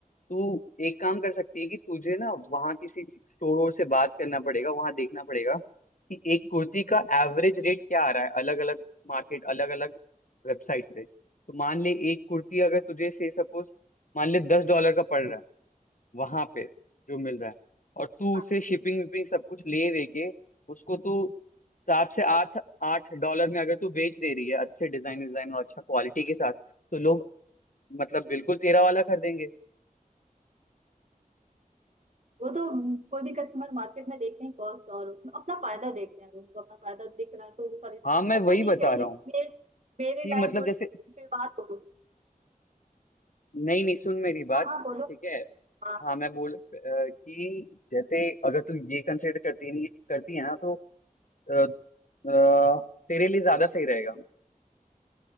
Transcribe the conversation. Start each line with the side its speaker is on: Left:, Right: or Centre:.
Left: तू एक काम कर सकती है कि तुझे ना वहाँ किसी स्टोर वोर से बात करना पड़ेगा वहाँ देखना पड़ेगा कि एक कुर्ती का एवरेज रेट क्या आ रहा है अलग अलग मार्केट अलग अलग वेबसाइट पे तो मान ले एक कुर्ती अगर तुझे से सपोज मान ले दस डॉलर का पड़ रहा है वहां पे जो मिल रहा है और तू
Right: हाँ
Left: उसे शिपिंग विपिंग सब कुछ ले दे के उसको तू सात से आठ आठ डॉलर में अगर तू बेच दे रही है अच्छे डिजाइन डिजाइन और अच्छा क्वालिटी के साथ तो लोग मतलब बिल्कुल तेरा वाला कर देंगे
Right: वो तो हम्म, कोई भी कस्टमर मार्केट में देखते हैं कॉस्ट और अपना फायदा देखते हैं उनको अपना फायदा दिख रहा है तो वो खरीदते
Left: हाँ
Right: हैं
Left: मैं
Right: अच्छा
Left: वही
Right: ठीक
Left: बता
Right: है
Left: रहा
Right: ये
Left: हूँ
Right: मेरे मेरी
Left: कि
Right: लाइफ
Left: मतलब
Right: गोल
Left: जैसे
Right: पे बात हो गई।
Left: नहीं नहीं सुन मेरी बात
Right: हाँ हाँ बोलो
Left: ठीक है
Right: हाँ
Left: हाँ
Right: हाँ
Left: मैं बोल अ, कि जैसे अगर तू ये कंसिडर करती नहीं करती है ना तो अ, अ, तेरे लिए ज्यादा सही रहेगा